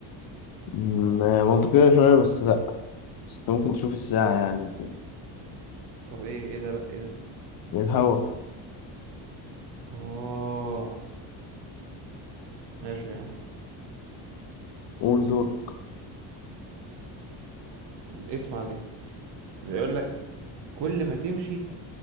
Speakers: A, on the left; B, on the right.
A: م- منطقيه شويه بس لا بس انت ممكن تشوف الساعه يعني
B: طب ايه ايه ده لا ايه ده
A: من الهوا
B: اه ماشي يا عم
A: قول دول
B: اسمع دي بيقول لك كل ما تمشي